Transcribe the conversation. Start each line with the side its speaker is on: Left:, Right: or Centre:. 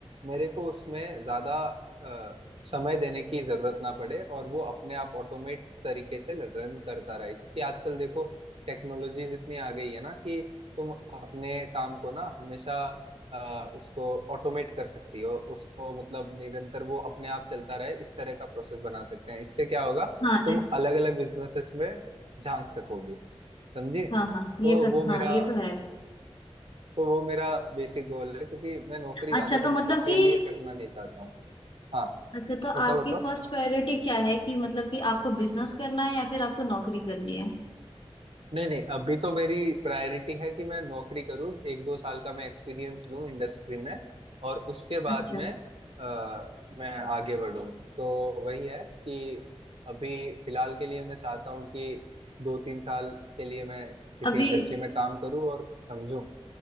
Right: मेरे को उसमें ज्यादा अ, समय देने की जरूरत ना पड़े और वो अपने आप ऑटोमेट तरीके से रन करता रहे क्योंकि आजकल देखो टेक्नोलॉजीज इतनी आ गई है ना कि तुम अपने काम को ना हमेशा अ, उसको ऑटोमेट कर सकती हो उसको मतलब निरंतर वो अपने आप चलता रहे इस तरह का प्रोसेस बना सकते हैं इससे क्या होगा
Left: हाँ
Right: तुम
Left: ए-
Right: अलग अलग बिजनेसेस में झांक सकोगी समझी
Left: हाँ हाँ
Right: तो
Left: ये तो
Right: वो मेरा
Left: हाँ ये तो है
Right: तो वो मेरा बेसिक गोल है क्योंकि मैं नौकरी ज्यादा
Left: अच्छा
Right: समय
Left: तो मतलब
Right: तक के
Left: कि
Right: लिए करना नहीं चाहता हूँ हाँ
Left: अच्छा तो
Right: बताओ
Left: आपकी
Right: बताओ
Left: फर्स्ट प्रायोरिटी क्या है कि मतलब कि आपको बिजनेस करना है या फिर आपको नौकरी करनी है
Right: नहीं नहीं अभी तो मेरी प्रायोरिटी है कि मैं नौकरी करूँ एक दो साल का मैं एक्सपीरियंस लूँ इंडस्ट्री में और उसके बाद
Left: अच्छा
Right: में आ, मैं आगे बढ़ूँ तो वही है कि अभी फिलहाल के लिए मैं चाहता हूँ कि दो तीन साल के लिए मैं किसी
Left: अभी
Right: इंडस्ट्री में काम करूँ और समझूं